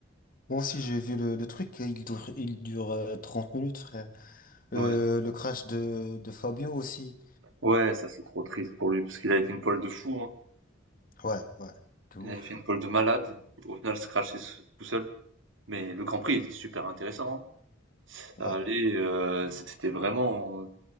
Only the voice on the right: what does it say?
Ouais.
Ouais, ça c'est trop triste pour lui parce qu'il avait fait une pole de fou, hein.
Il avait fait une pole de malade. Au final, se crasher s- tout seul. Mais le Grand Prix était super intéressant. hein. Ça
allait, euh, c- c'était vraiment euh,